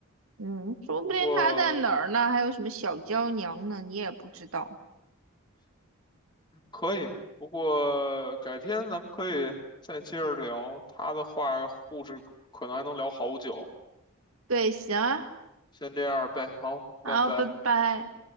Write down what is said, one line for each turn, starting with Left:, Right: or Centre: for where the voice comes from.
Right: 嗯，说不定他在哪儿呢，
Left: 不过
Right: 还有什么小娇娘呢，你也不知道。
Left: 可以，不过改天咱们可以再接着聊他的话，故事可能还能聊好久。
Right: 对，行啊，
Left: 先这样呗，好，
Right: 好，
Left: 拜拜。
Right: 拜拜。